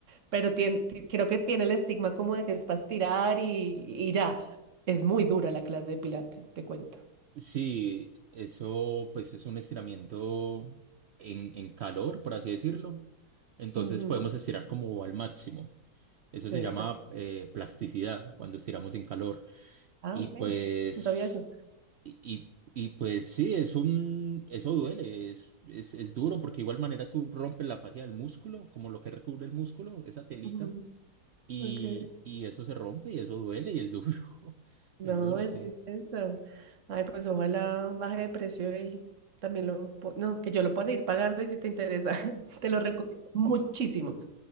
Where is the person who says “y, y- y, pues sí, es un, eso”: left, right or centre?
Right